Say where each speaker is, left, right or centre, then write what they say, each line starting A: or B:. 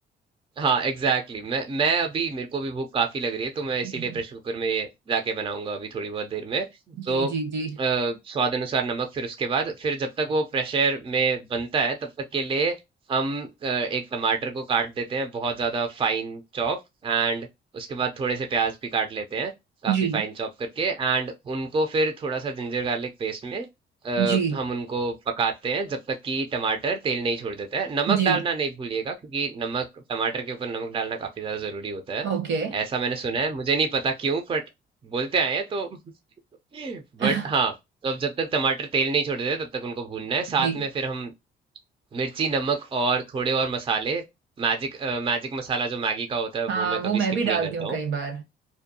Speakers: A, on the right; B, on the right.
A: हाँ एग्जैक्टली exactly. मैं मैं अभी मेरे को भी भूख काफी लग रही है तो मैं इसीलिए
B: हम्म,
A: प्रेशर कुकर में ये जाके बनाऊंगा अभी थोड़ी बहुत देर में तो
B: जी
A: अ,
B: जी जी
A: स्वाद अनुसार नमक फिर उसके बाद फिर जब तक वो प्रेशर में बनता है तब तक के लिए हम अ, एक टमाटर को काट देते हैं बहुत ज्यादा फाइन चॉप एंड उसके बाद थोड़े से प्याज भी काट लेते हैं काफी
B: जी
A: फाइन चॉप करके एंड उनको फिर थोड़ा सा जिंजर गार्लिक पेस्ट में अ,
B: जी
A: हम उनको पकाते हैं जब तक कि टमाटर तेल नहीं छोड़ देता है नमक
B: जी
A: डालना नहीं भूलिएगा क्योंकि नमक टमाटर के ऊपर नमक डालना काफी ज्यादा जरूरी होता है
B: ओके
A: ऐसा मैंने सुना है मुझे नहीं पता क्यों बट बोलते आए हैं तो <laughs>
B: <laughs>
A: बट हाँ तो अब जब तक टमाटर तेल नहीं छोड़ देता तब तक उनको भूनना है साथ
B: जी
A: में फिर हम मिर्ची नमक और थोड़े और मसाले मैजिक मैजिक मसाला जो मैगी का होता है
B: हाँ
A: वो मैं
B: वो
A: कभी
B: मैं
A: स्किप
B: भी डालती
A: नहीं करता
B: हूँ
A: हूँ
B: कई बार